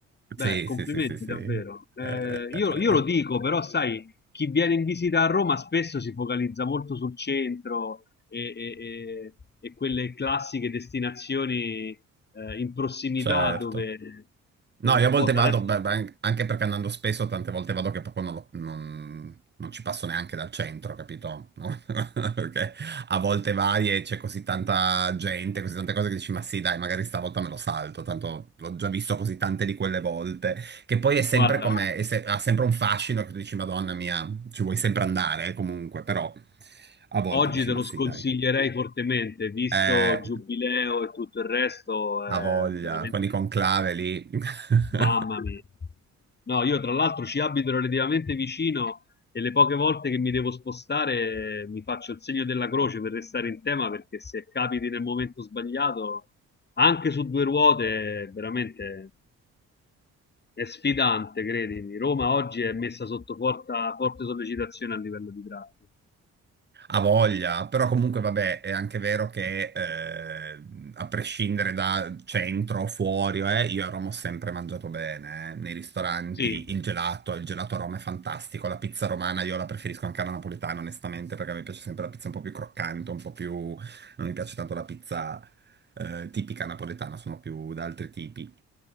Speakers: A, on the left (about 35°); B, on the right (about 35°).
A: Beh,
B: Sì,
A: complimenti
B: sì, sì, sì, sì.
A: davvero.
B: Eh,
A: Eh,
B: eh, eh,
A: io, io
B: eh.
A: lo
B: eh.
A: dico, però sai, chi viene in visita a Roma spesso si focalizza molto sul centro e, e- e- e quelle classiche destinazioni eh, in prossimità
B: Certo.
A: dove, dove
B: No, io
A: un
B: a volte
A: po' da
B: vado,
A: adesso,
B: beh, beh, anche perché andando spesso, tante volte vado che proprio non, lo- non- non ci passo neanche dal centro, capito? No? <laughs> Perché a volte vai e c'è così tanta gente, così tante cose che dici, ma sì, dai, magari stavolta me lo salto, tanto l'ho già visto così tante di quelle volte, che poi è sempre
A: guarda.
B: come, è se- ha sempre un fascino che tu dici, Madonna mia, ci vuoi sempre andare, eh, comunque, però a volte
A: Oggi
B: dici,
A: te
B: ma
A: lo
B: sì,
A: sconsiglierei
B: dai.
A: fortemente, visto
B: Eh,
A: Giubileo e tutto il resto, è
B: ha voglia,
A: veramente,
B: con i conclave lì. <laughs>
A: mamma mia. No, io tra l'altro ci abito relativamente vicino e le poche volte che mi devo spostare eh, mi faccio il segno della croce per restare in tema perché se capiti nel momento sbagliato, anche su due ruote, eh, veramente è sfidante, credimi. Roma oggi è messa sotto forte, forte sollecitazione a livello di traffico.
B: Ha voglia, però comunque vabbè, è anche vero che eh, a prescindere da centro o fuori, eh, io a Roma ho sempre mangiato bene, eh. Nei ristoranti,
A: Sì,
B: il gelato, il gelato a Roma è fantastico, la pizza romana io la preferisco anche alla napoletana onestamente perché mi piace sempre la pizza un po' più croccante, un po' più... non mi piace tanto la pizza eh, tipica napoletana, sono più da altri tipi.